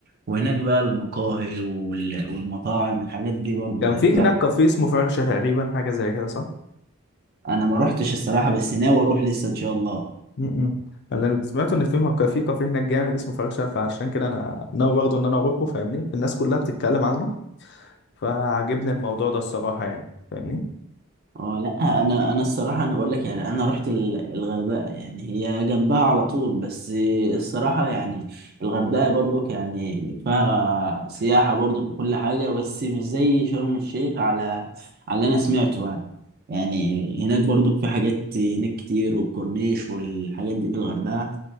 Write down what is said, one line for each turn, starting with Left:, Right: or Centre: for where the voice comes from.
Right: وهناك بقى المقاهي وال- والمطاعم الحاجات دي برضه
Left: كان
Right: يعني
Left: في
Right: تبقى-
Left: هناك كافيه اسمه فرشة تقريبا حاجة زي كده صح؟
Right: انا ما روحتش الصراحة بس ناوي اروح لسه ان شاء الله
Left: م -م. أنا اللي سمعته إن في مك- في كافيه هناك جامد اسمه فرشة فعشان كده أنا ناوي برضه إن أنا أروحه فاهمني الناس كلها بتتكلم عنه فعجبني الموضوع ده الصراحة يعني فاهمني
Right: اه لا انا انا الصراحه انا بقول لك يعني انا رحت ال- الغردقه يعني هي جنبها على طول بس الصراحه يعني الغردقه برضك يعني فيها سياحه برضك وكل حاجه بس مش زي شرم الشيخ على على اللي انا سمعته يعني يعني هناك برضك في حاجات هناك كتير والكورنيش والحاجات دي في الغردقه